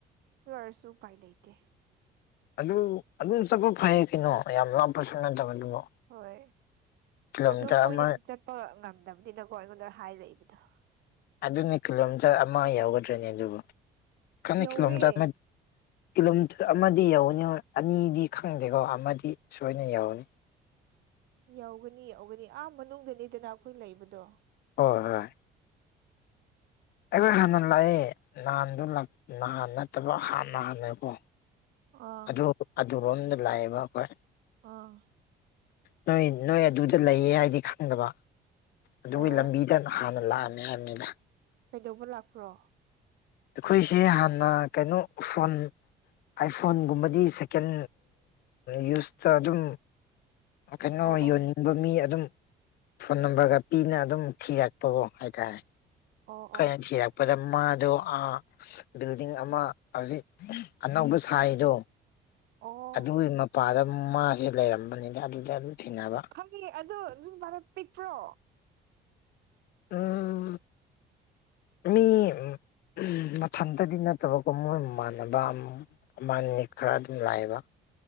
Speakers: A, on the right; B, on the left.
A: ꯑꯣꯏꯔꯁꯨ ꯎꯄꯥꯏ ꯂꯩꯇꯦ
B: ꯑꯗꯨ ꯑꯗꯨꯝ ꯆꯛꯄ ꯐꯩꯌꯦ ꯀꯩꯅꯣ ꯌꯥꯝ ꯂꯥꯞꯄꯁꯨ ꯅꯠꯇꯕ ꯑꯗꯨꯕꯨ
A: ꯍꯣꯏ
B: ꯀꯤꯂꯣꯃꯤꯇꯔ
A: ꯑꯗꯨ ꯃꯣꯏꯅꯗꯤ
B: ꯑꯃ
A: ꯆꯠꯄ ꯉꯝꯗꯕꯅꯤꯅꯀꯣ ꯑꯩꯉꯣꯟꯗ ꯍꯥꯏꯔꯛꯏꯕ <inaudible>
B: ꯑꯗꯨꯅꯦ ꯀꯤꯂꯣꯃꯤꯇꫪ ꯑꯃ ꯌꯥꯎꯒꯗ꯭ꯔꯅꯦ ꯑꯗꯨꯕꯨ ꯈꯪꯅ
A: ꯌꯧꯋꯦ
B: ꯀꯤꯂꯣꯃꯤꯇꫪ ꯑꯃ ꯀꯤꯂꯣꯃꯤꯇꫪ ꯑꯃꯗꯤ ꯌꯧꯔꯅꯤ ꯍꯣꯏ ꯑꯅꯤꯗꯤ ꯈꯪꯗꯦꯀꯣ ꯑꯃꯗꯤ ꯁꯣꯏꯅ ꯌꯧꯔꯅꯤ
A: ꯌꯧꯒꯅꯤ ꯌꯧꯒꯅꯤ ꯑꯥ ꯃꯅꯨꯡꯗꯅꯤꯗꯅ ꯑꯩꯈꯣꯏ ꯂꯩꯕꯗꯣ
B: ꯍꯣꯏ ꯍꯣꯏ ꯑꯩꯈꯣꯏ ꯍꯥꯟꯅ ꯂꯥꯛꯑꯦ ꯅꯍꯥꯟꯗꯣ ꯅꯍꯥꯟ ꯅꯠꯇꯕ ꯍꯥꯟꯍꯥꯟꯅꯦꯀꯣ
A: ꯑꯥ
B: ꯑꯗꯨ ꯑꯗꯨꯔꯣꯝꯗ ꯂꯥꯛꯑꯦꯕ ꯑꯩꯈꯣꯏ
A: ꯑꫭ
B: ꯅꯣꯏ ꯅꯣꯏ ꯑꯗꯨꯗ ꯂꯩꯌꯦ ꯍꯥꯏꯗꯤ ꯈꯪꯗꯕ ꯑꯗꯨꯒꯤ
A: ꯑꯣ
B: ꯂꯝꯕꯤꯗ ꯍꯥꯟꯅ ꯂꯥꯛꯑꯃꯦ ꯍꯥꯏꯕꯅꯤꯅ
A: ꯀꯩꯗꯧꯕ ꯂꯥꯛꯄ꯭ꯔꯣ
B: ꯑꯩꯈꯣꯏꯁꯦ ꯍꯥꯟꯅ ꯀꯩꯅꯣ ꯐꯣꯟ ꯑꯥꯏꯐꯣꯟꯒꯨꯝꯕꯗꯤ ꯁꯦꯀꯦꯟ ꯌꯨꯁꯇ ꯑꯗꯨꯝ ꯀꯩꯅꯣ
A: ꯑꯣ ꯑꯣ
B: ꯌꯣꯟꯅꯤꯡꯕ ꯃꯤ ꯑꯗꯨꯝ ꯐꯣꯟ ꯅꯝꯕꫪꯒ ꯄꯤꯅ ꯑꯗꯨꯝ ꯊꯤꯔꯛꯄꯒꯣ ꯍꯥꯏꯇꯥꯔꯦ
A: ꯑꯣ
B: ꯈꫭꯏꯅ
A: ꯑꯣ
B: ꯊꯤꯔꯛꯄꯗ ꯃꯥꯗꯣ ꯕꯤꯜꯗꯤꯡ ꯑꯃ ꯍꯧꯖꯤꯛ ꯑꯅꯧꯕ ꯁꯥꯏꯗꯣ
A: ꯑꯣ
B: ꯑꯗꯨꯒꯤ ꯃꯄꯥꯗ ꯃꯥꯁꯦ ꯂꯩꯔꯝꯕꯅꯤꯗ ꯑꯗꯨꯗ ꯊꯦꯡꯅꯕ
A: ꯈꯪꯉꯦ ꯑꯗꯣ ꯑꯗꯨ ꯅꯨꯄꯥꯗ ꯄꯤꯛꯄ꯭ꯔꯣ
B: ꯎꯝ ꯃꯤ ꯎꯝ ꯃꯊꯟꯇꯗꯤ ꯅꯠꯇꯕꯀꯣ ꯃꯣꯏꯃꯥꯟꯅꯕ ꯑꯃꯅꯤ ꯈꯔ ꯑꯗꯨꯝ ꯂꯥꯛꯑꯦꯕ